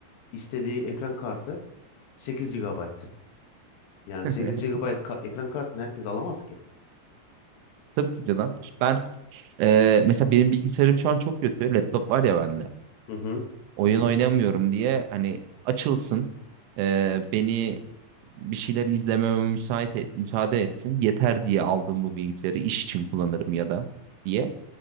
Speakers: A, on the left; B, on the right.
A: istediği ekran kartı 8 gigabayt. Yani
B: <laughs>
A: 8 gigabayt ka- ekran kartını herkes alamaz ki.
B: Tabii ki de lan. Ben e, mesela benim bilgisayarım şu an çok kötü. Laptop var ya bende.
A: Hı hı.
B: oyun oynamıyorum diye hani açılsın e, beni bir şeyler izlememe müsait et, müsaade etsin yeter diye aldım bu bilgisayarı iş için kullanırım ya da diye.